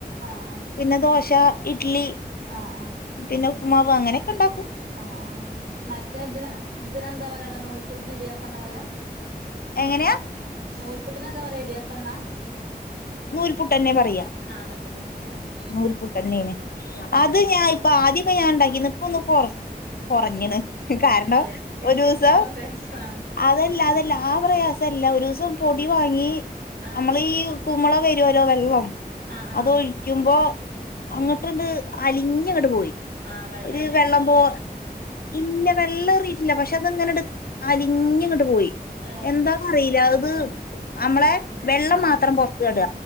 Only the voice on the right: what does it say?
ആഹ് ആഹ് പുട്ട്
ആഹ്
ആഹ്
ആഹ ആമറ്റേതി ഇതിനെന്താ പറയാടാ നൂൽപുട്ടിന് ഇടിയപ്പ എന്താ പറയാ
നൂൽപുട്ടനെ ന്താ പറയ ഇടിയപ്പംന്നാ
ആഹ് നൂൽപുട്ട്ന്നല്ലേ ആഹ് ആഹ്
ഉം
കൊറഞ്ഞണല്ലേ
തിരിച്ചെടുക്കാപ്പ
പ്രയാസാ
ആഹ്
ആഹ്
ആഹ്
ആഹ്
ഏറിണ്ടാവും
ഏഹ്
ആഹ്